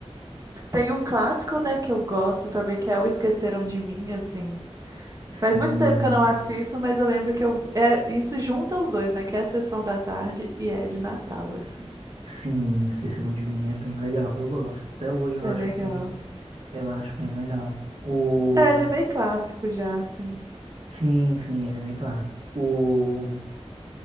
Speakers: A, on the right; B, on the right.
A: Tem o clássico, né, que eu gosto também, que é o Esqueceram de Mim, assim. Faz
B: Sim,
A: muito tempo que eu não assisto, mas eu lembro que eu... É, isso junta os dois, né, que é a Sessão da Tarde e é de Natal, assim.
B: sim, Esqueceram de Mim é bem legal, eu gosto. Até hoje eu
A: É
B: acho
A: legal.
B: um filme, eu acho bem legal. O...
A: É, ele é meio clássico já, assim.
B: Sim, sim, ele é meio clássico. O...